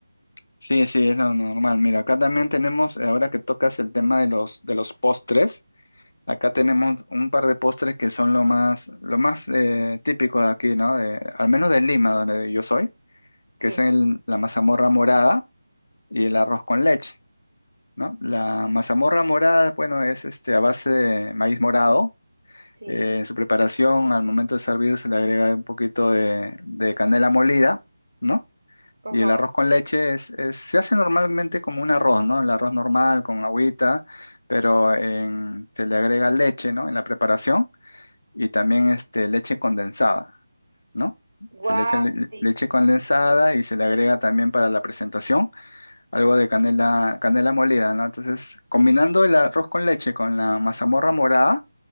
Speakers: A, on the left; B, on the right.
A: sí, sí, es lo normal. Mira, acá también tenemos, eh, ahora que tocas el tema de los, de los postres, acá tenemos un par de postres que son lo más, lo más eh, típico de aquí, ¿no? De, al menos de Lima, donde yo soy, que
B: Sí,
A: es el- la mazamorra morada y el arroz con leche. ¿no? La mazamorra morada, bueno, es este, a base de maíz morado.
B: sí.
A: Eh, en su preparación, al momento de servir, se le agrega un poquito de, de canela molida, ¿no?
B: Ajá.
A: Y el arroz con leche es, es- se hace normalmente como un arroz, ¿no? El arroz normal con agüita, pero en- se le agrega leche, ¿no? En la preparación y también este, leche condensada, ¿no? Se
B: Guau,
A: le echa le-
B: sí.
A: leche condensada y se le agrega también para la presentación algo de canela, canela molida, ¿no? Entonces, combinando el arroz con leche con la mazamorra morada,